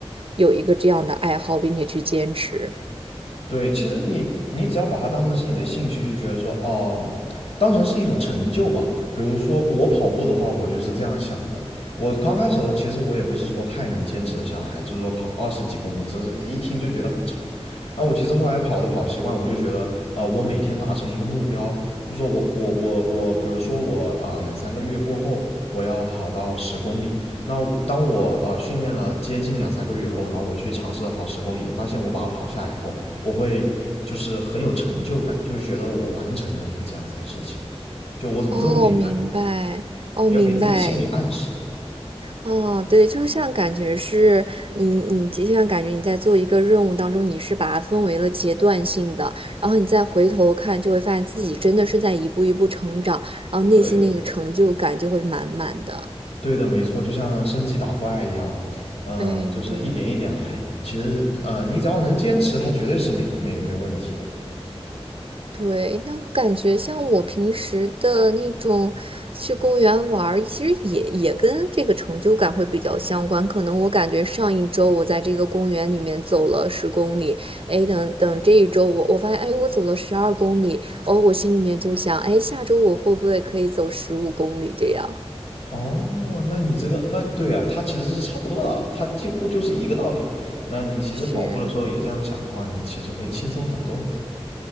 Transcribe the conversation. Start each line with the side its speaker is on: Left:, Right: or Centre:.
Right: 有一个这样的爱好，并且去坚持。
Left: 对，其实你你只要把它当成是你的兴趣，就觉得说，哦、当成是一种成就吧。比如说我跑步的话，我就是这样想的。我刚开始的时候，其实我也不是说太能坚持得下来，就是说跑二十几公里，只是一听就觉得很长。然后我其实后来跑的跑习惯，我就觉得，啊、我每天达成一个目标，就是说我我我我，比如说我啊、两三个月过后，我要跑到十公里。那我当我啊、训练了接近两三个月以后，然后我去尝试着跑十公里，发现我把它跑下来以后，我会就是很有成就感，就是觉得我完成了一个这样子的事情，就我怎么这么厉害？
Right: 哦，明白，哦，
Left: 你要给自己心理暗示。
Right: 明白。哦，对，就像感觉是你，你就像感觉你在做一个任务当中，你是把它分为了阶段性的，然后你再回头看，就会发现自己真的是在一步一步成长，然后内心那个成就感就会满满的。
Left: 对，对的，没错，就像升级打怪一样，嗯、
Right: 哎，
Left: 就是一点一点来。
Right: 对。
Left: 其实，呃，你只要能坚持，它绝对是没没没问题的。
Right: 对，那我感觉像我平时的那种去公园玩儿其实也也跟这个成就感会比较相关。可能我感觉上一周我在这个公园里面走了十公里，哎，等等这一周我我发现，哎，我走了十二公里，哦，我心里面就想，哎，下周我会不会可以走十五公里这样？
Left: 哦，那你这个，那对啊，它其实是差不多的啊，它几乎就是一个道理。那你其实跑步的时候也这样想的话，
Right: 是。
Left: 你其实会轻松很多很多。